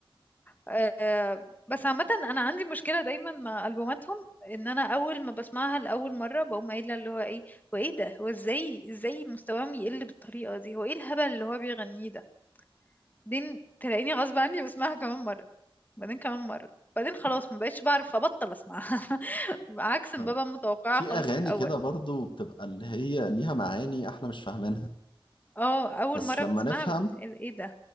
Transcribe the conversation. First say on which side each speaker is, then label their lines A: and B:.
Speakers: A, on the left (about 20°); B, on the left (about 60°).
A: أه بس عامة أنا عندي مشكلة دايما مع ألبوماتهم إن أنا أول ما بسمعها لأول مرة بقوم قايلة اللي هو إيه هو إيه ده هو إزاي إزاي مستواهم يقل بالطريقة دي هو إيه الهبل اللي هو بيغنيه ده بعدين تلاقيني غصب عني بسمعها كمان مرة بعدين كمان مرة بعدين خلاص ما بقتش بعرف ابطل اسمعها <laughs> عكس ما
B: آه.
A: ببقى متوقعة
B: في
A: خالص
B: أغاني
A: في الاول
B: كده برضو بتبقى اللي هي ليها معاني إحنا مش فاهمينها
A: اه اول
B: بس
A: مرة
B: لما
A: بتسمعها
B: نفهم
A: بت... ايه ده